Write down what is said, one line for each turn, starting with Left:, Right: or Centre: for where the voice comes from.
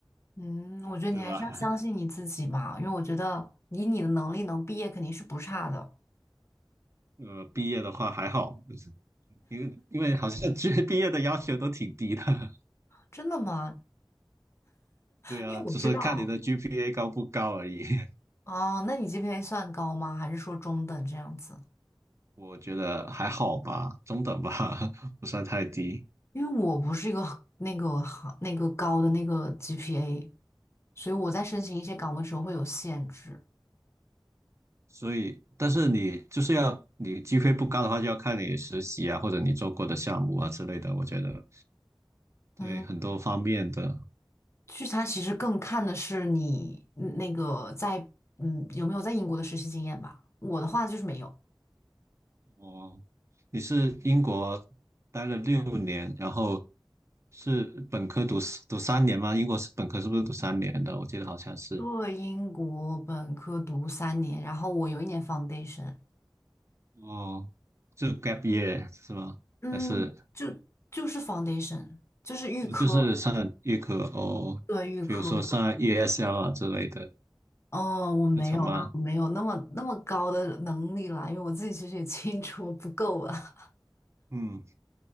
Left: 嗯，我觉得你还是要相信你自己嘛，
Right: 对吧？
Left: 因为我觉得以你的能力能毕业肯定是不差的。
Right: 呃，毕业的话还好，就是因为因为好像 <laughs> G 毕业的要求都挺低的，<laughs>
Left: 真的吗？
Right: 对啊，
Left: 因为我知道
Right: 只是看你的 GPA 高不高而已。<laughs>
Left: 哦，那你 GPA 算高吗？还是说中等这样子？
Right: 我觉得还好吧，中等吧，<laughs> 不算太低。
Left: 因为我不是一个那个行那个高的那个 GPA，所以我在申请一些岗位的时候会有限制。
Right: 所以，但是你就是要你 GPA 不高的话，就要看你实习啊，或者你做过的项目啊之类的。我觉得对很多方面的。
Left: 嗯。聚餐其实更看的是你嗯那个在嗯有没有在英国的实习经验吧。我的话就是没有，
Right: 哦，你是英国待了六年，然后是本科读四读三年吗？英国是本科是不是读三年的？我记得好像是。
Left: 对英国本科读三年，然后我有一年 foundation，
Right: 哦，就 gap year 是吗？
Left: 嗯，
Right: 还是
Left: 就就是 foundation，就是预科，
Right: 哦就是上预科哦，
Left: 对预科。
Right: 比如说上 ESL 啊之类的
Left: 哦，我没有啦，
Right: 课程吗？
Left: 我没有那么那么高的能力啦，因为我自己其实也清楚我不够啊。
Right: 嗯，